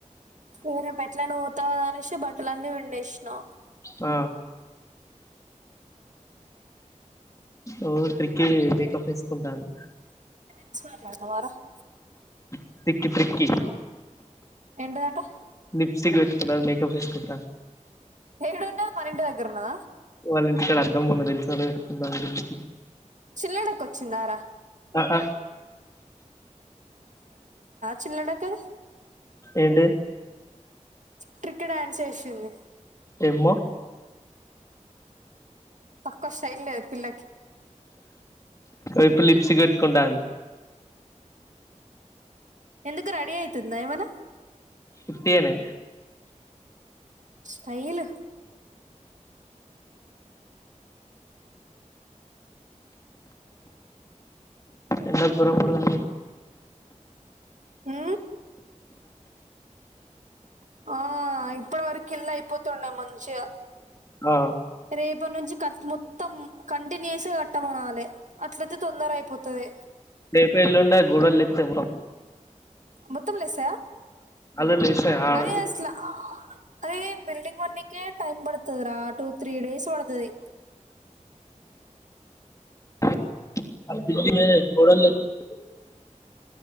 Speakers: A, on the right (about 70°); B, on the left (about 25°).
A: వేరే పెట్లనే పోతాా అనేసి బట్టల అన్నీ వండేసా
B: ఆ ఓ ట్ర మేకప్ తీసుకుంటాను
A: వ వ
B: తటిక్కి త్రిక్కి
A: ఏంటిదట
B: లిప్స్టిక్ వచ్చ మేకప్ తీసుకుత
A: హడున్న మనంటి దగరనా
B: వాళ్ళ ఇంటి ఇక్కడ అర్థం పంద తెలుస పెట్టుకుందాంనిప్ి
A: చిల్లడ కొ చిింగారా
B: ఆ ఆ
A: చిన్నడకి
B: ఏడు
A: ట్రక్ డా్యాన్స్ చేసిింది
B: ఏమ
A: తక్కవైల్ పిలకి
B: ఇపు లిప్సిక్ పెట్టుకుంటా
A: ఎందుకు రెడీ అయితుది నయమన
B: కుట్టేనే
A: స్టైల్
B: ఎలా గురంపడుదాడి
A: ఆ ఆ ఇప్పటి వరకు ఇల్ళ అయిపోతుండే మంచిగా
B: ఆ
A: రేపు ఇప్పటి నుంచి క మొత్తం కంటిన్యూస్ కట్టమనాలి అట్లయితే తొందర అయిపోతుది
B: ేపుడు ఎల్లుం గూడళ్ళ ఇస్తా
A: మత్తలిస
B: అల్లులు లేసినాయి ఆడ
A: అరే అలా అరే బల్డింగ్ వన్నక టైమ్ బడుతుందిరా టు త్రీ డేస్ పడతది
B: <unintelligible> <inaudible>